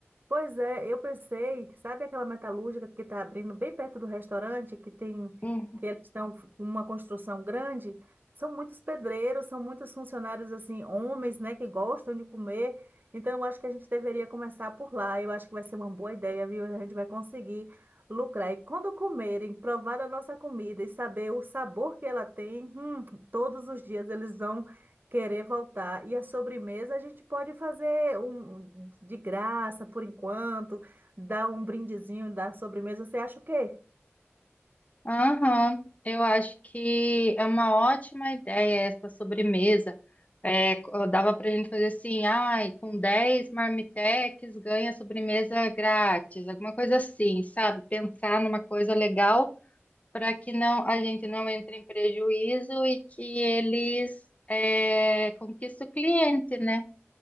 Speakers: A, on the right; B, on the left.
A: Pois é, eu pensei, sabe aquela metalúrgica que está abrindo bem perto do restaurante, que tem,
B: Uhum.
A: que eles estão com uma construção grande? São muitos pedreiros, são muitos funcionários, assim, homens, né, que gostam de comer. Então, eu acho que a gente deveria começar por lá. Eu acho que vai ser uma boa ideia, viu? A gente vai conseguir lucrar. E quando comerem, provar a nossa comida e saber o sabor que ela tem, hum, todos os dias eles vão. Querer voltar. E a sobremesa a gente pode fazer um um, de graça por enquanto, dar um brindezinho da sobremesa. Você acha o quê?
B: Aham, Eu acho que é uma ótima ideia essa sobremesa. É, co- dava para a gente fazer assim, ai, com 10 marmitex ganha sobremesa grátis, alguma coisa assim, sabe? Pensar numa coisa legal para que não a gente não entre em prejuízo e que eles é, conquistem o cliente, né?